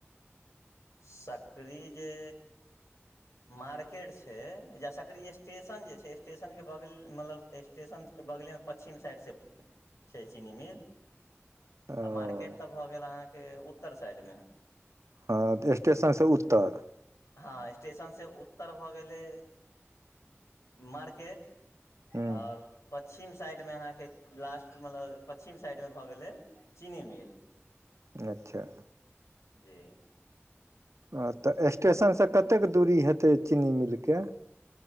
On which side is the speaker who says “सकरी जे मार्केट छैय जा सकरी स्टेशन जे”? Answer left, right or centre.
Left